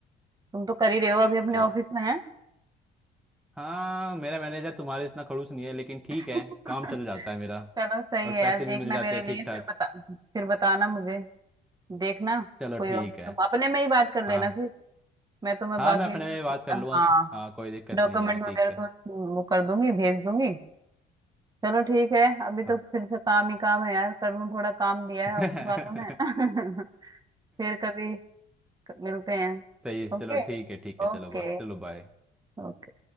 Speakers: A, on the right (about 25°); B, in the centre.
A: तुम तो कर ही रहे हो अभी अपने
B: चलो
A: ऑफिस में है
B: हाँ मेरा मैनेजर तुम्हारे इतना खड़ूस नहीं है लेकिन ठीक
A: <laughs>
B: है काम चल जाता है मेरा
A: चलो सही
B: और
A: है
B: पैसे
A: यार देखना
B: भी मिल जाते
A: मेरे
B: हैं
A: लिए
B: ठीक
A: फिर
B: ठाक
A: बता फिर बताना मुझे देखना
B: चलो
A: कोई
B: ठीक
A: और
B: है
A: तुम अपने में ही बात कर लेना
B: हाँ
A: फिर मैं तुम्हें
B: हाँ
A: बाकी
B: मैं अपने में
A: जो
B: बात कर लूँगा
A: हाँ
B: हाँ कोई दिक्कत
A: डॉक्यूमेंट
B: नहीं है
A: वगैरह
B: ठीक
A: तुम्हें
B: है
A: वो कर दूंगी भेज दूंगी चलो ठीक है अभी तो
B: अब-
A: फिर से काम ही काम है यार कर लूँ थोड़ा काम दिया
B: <laughs>
A: है ऑफिस वालों ने <laughs> फिर कभी मिलते हैं
B: सही
A: ओके
B: चलो ठीक है ठीक है
A: ओके
B: चलो बा- चलो बाय
A: ओके